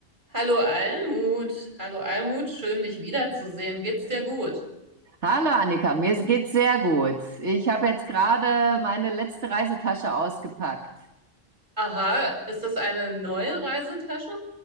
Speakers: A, on the right (about 40°); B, on the right (about 65°).
A: Hallo Almut, hallo Almut, schön dich wiederzusehen. Geht's dir gut?
B: Hallo Annika, mir geht's sehr gut. Ich habe jetzt gerade meine letzte Reisetasche ausgepackt.
A: Aha, ist das eine neue Reisetasche?